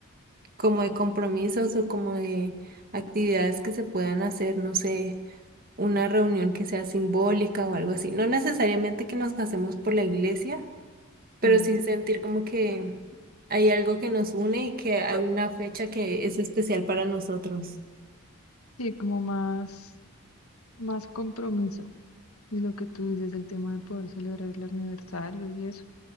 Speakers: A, on the right; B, on the left.
A: como de compromisos o como de actividades que se puedan hacer, no sé, una reunión que sea simbólica o algo así. No necesariamente que nos casemos por la iglesia, pero
B: Sí,
A: sí sentir como que hay algo que nos une y que hay una fecha que es especial para nosotros.
B: sí, como más, más compromiso. Y lo que tú dices, el tema de poder celebrar el aniversario y eso.